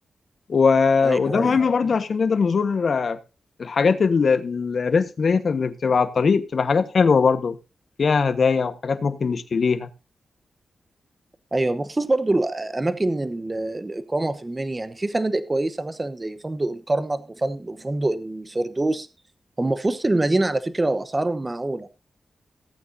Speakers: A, on the left (about 55°); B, on the right (about 25°).
A: و...
B: ايوه
A: وده مهم
B: ايوه
A: برضو عشان نقدر نزور آه، الحاجات ال- ال- الريست ديت اللي بتبقى على الطريق بتبقى حاجات حلوة برضو فيها هدايا وحاجات ممكن نشتريها
B: ايوه بخصوص برضو الاماكن ال- الاقامه في المنيا يعني في فنادق كويسه مثلا زي فندق الكرنك وفندق وفندق الفردوس هم في وسط المدينه على فكره واسعارهم معقوله